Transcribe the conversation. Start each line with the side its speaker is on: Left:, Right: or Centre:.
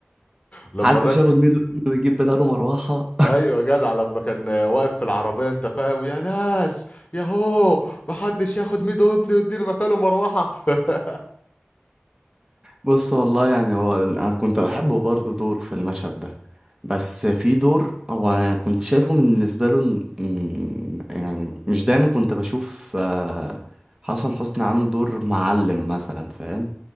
Left: لما
Right: محدش
Left: الراجل
Right: ياخد ميدو ويجيب بداله مروحة
Left: ايوه جدع لما كان واقف في العربيه انت فاهم يا ناس يا هو محدش ياخد ميدو ابني ويديني مكانه مروحه <laughs>
Right: بص والله يعني هو انا كنت بحبه برضه دور في المشهد ده بس في دور هو يعني كنت شايفه من بالنسبه له إن- إن- يعني مش دايما كنت بشوف آه، حسن حسني عامل دور معلم مثلا فاهم